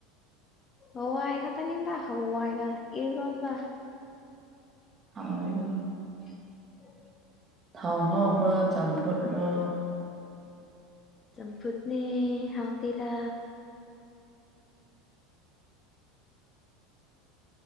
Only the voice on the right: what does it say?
ꯍꯥꯎꯔꯤꯕꯣ
ꯊꯥꯎ ꯉꯥꯎꯕ ꯆꯝꯐꯨꯠꯔꯣ